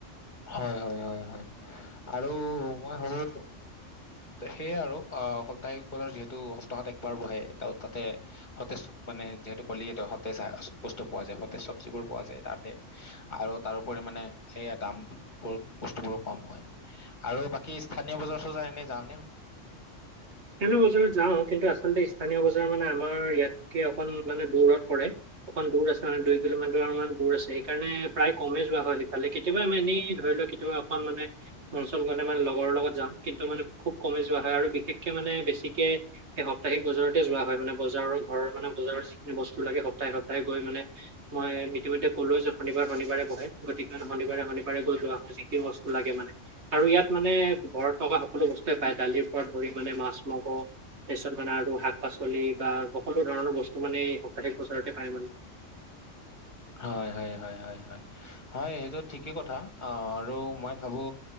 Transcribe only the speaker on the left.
হয় হয় হয় হয় আৰু মই ভাবো ত সেয়াই আৰু আহ সপ্তাহিক বজাৰ যিহেতু সপ্তাহত একবাৰ বহে ত তাতে সতেজ মানে যিহেতু কলিয়ে তই সতেজ বস্তু পোৱা যায়, সতেজ চব্জিবোৰ পোৱা যায় তাতে। আৰু তাৰোপৰি মানে এইয়া দাম বস্তু বোৰো কম হয়। আৰু বাকী স্থানীয় বজাৰ-চজাৰ এনে যাও নে?
হয় হয় হয় হয় হয় হয় সেইটো ঠিকেই কথা অ আৰু মই ভাবো